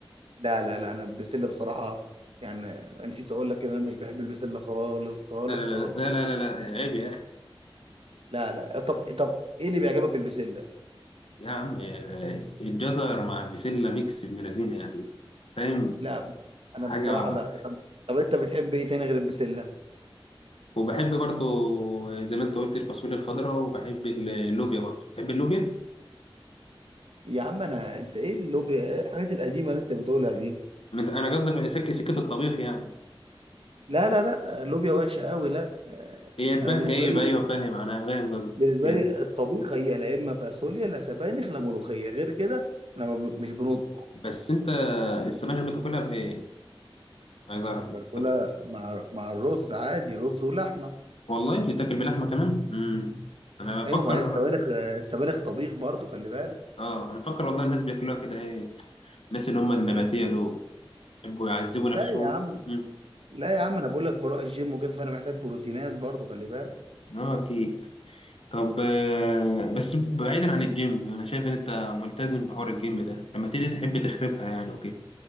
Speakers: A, on the right; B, on the left.
A: لا لا لا انا البسله بصراحه يعني نسيت اقول لك ان انا مش بحب البسله خالص خالص
B: لا لا لا
A: خالص
B: لا لا لا, لا. عيب يا اخي
A: لا لا طب طب ايه اللي بيعجبك في البسله
B: يا عم الجزر مع البسله ميكس ابن لذينه يعني فاهم
A: لا
B: حاجه
A: انا بصراحه لا طب طب انت بتحب ايه تاني غير البسله
B: وبحب برضو زي ما انت قلت الفاصوليا الخضراء وبحب اللوبيا برضو تحب اللوبيا
A: يا عم انا انت ايه اللوبيا ايه الحاجات القديمه اللي انت بتقولها دي
B: انا قصدي في سكه سكه الطبيخ يعني
A: لا لا لا اللوبيا وحشه قوي لا
B: هي تبان
A: انا بالنسبه
B: كئيبة
A: لي
B: أيوة فاهم أنا فاهم قصدك
A: بالنسبه
B: هي
A: لي الطبيخ هي لا اما فاصوليا لا سبانخ لا ملوخيه غير كده انا ما ب- مش بنطبخ
B: بس أنت السبانخ بتاكلها بإيه؟ عايز أعرف
A: باكلها
B: أنت بتاكل بس
A: مع مع الرز عادي رز ولحمه
B: والله بتاكل بلحمة كمان؟ مم. أنا بفكر
A: ايوه ما هي السبانخ السبانخ طبيخ برضو خلي بالك
B: آه أنا بفكر والله الناس بياكلوها كده إيه الناس اللي هم النباتية دول يحبوا يعذبوا نفسهم
A: لا يا عم
B: مم.
A: لا يا عم انا بقول لك بروح الجيم وكده فانا محتاج بروتينات برضو خلي بالك
B: آه أكيد طب آه، بس بعيدا عن الجيم أنا شايف إن أنت ملتزم بحوار الجيم ده لما تيجي تحب تخربها يعني وكده